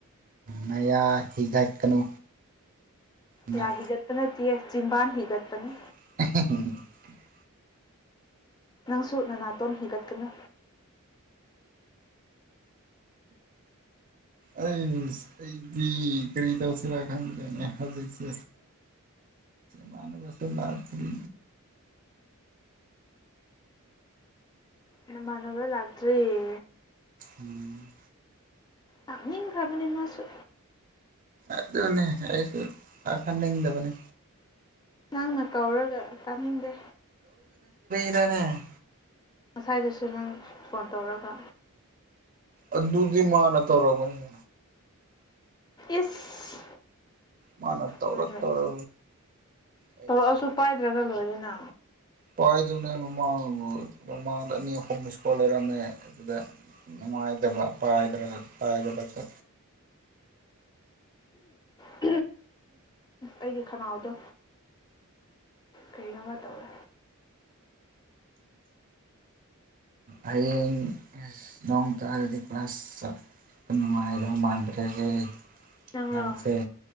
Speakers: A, on the right; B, on the left.
A: ꯃꯌꯥ ꯍꯤꯒꯠꯀꯅꯨ ꯅ
B: ꯌꯥ ꯍꯤꯒꯠꯇꯅ ꯁꯤꯁ ꯆꯤꯟꯕꯥꯥꯟ ꯍꯤꯒꯠꯄꯅꯤ
A: <inaudible>
B: ꯅꯪꯁꯨ ꯅꯅꯥꯇꯣꯟ ꯍꯤꯒꯠꯀꯅꯨ
A: ꯑꯩ ꯑꯩꯗꯤ ꯀꯔꯤ ꯇꯧꯁꯤꯔꯥ ꯈꯪꯗ꯭ꯔꯦꯅꯦ ꯍꯧꯖꯤꯛꯁꯦ ꯃꯥꯟꯅꯕꯁ ꯂꯥꯛꯇ꯭ꯔꯤ
B: ꯅꯃꯥꯟꯅꯕ ꯂꯥꯛꯇ꯭ꯔꯤꯌꯦ
A: ꯎꯝ
B: ꯂꯥꯛꯅꯤꯡꯈ꯭ꯔꯕꯅꯤ ꯃꯥꯁꯨ
A: ꯑꯗꯨꯅꯦ ꯑꯩꯁꯨ ꯂꯥꯛꯍꯟꯅꯤꯡꯗꯕꯅꯦ
B: ꯅꯪꯅ ꯀꯧꯔꯒ ꯇꯥꯅꯤꯡꯗꯦ
A: ꯗꯨꯅꯦ
B: ꯉꯁꯥꯏꯗꯨꯁꯨ ꯅꯪ ꯐꯣꯟ ꯇꯧꯔꯒ
A: ꯑꯗꯨꯗꯤ ꯃꯥꯅ ꯇꯧꯔꯛꯄꯅꯦ
B: ꯏꯁ
A: ꯃꯥꯅ ꯇꯧꯔ
B: ꯃꯥꯅ
A: ꯇꯧꯔ ꯑꯩꯅ
B: ꯇꯧꯔꯛꯑꯁꯨ
A: ꯅ
B: ꯄꯥꯏꯗ꯭ꯔꯒ ꯂꯣꯏꯔꯦꯅ
A: ꯄꯥꯏꯗꯨꯅꯦ ꯃꯃꯥꯡ ꯃꯃꯥꯡꯗ ꯑꯅꯤ ꯑꯍꯨꯝ ꯃꯤꯁꯀꯣꯜ ꯂꯩꯔꯝꯃꯦ ꯑꯗꯨꯗ ꯅꯨꯡꯉꯥꯏꯇꯕ ꯄꯥꯏꯗ꯭ꯔ ꯄꯥꯏꯗꯕꯁꯨ
B: ꯎꯝ ꯑꯩꯒꯤ ꯈꯅꯥꯎꯗꯣ ꯀꯔꯤꯅꯣꯝꯃ ꯇꯧꯋꯦ
A: ꯍꯌꯦꯡ ꯅꯣꯡ ꯇꯥꯔꯗꯤ ꯀ꯭ꯂꯥꯁ ꯆꯠ ꯅꯨꯡꯃꯥꯏꯗꯧ ꯃꯥꯟꯗ꯭ꯔꯦ ꯍꯦ
B: ꯅꯪꯔꯣ
A: ꯅꯪꯁꯦ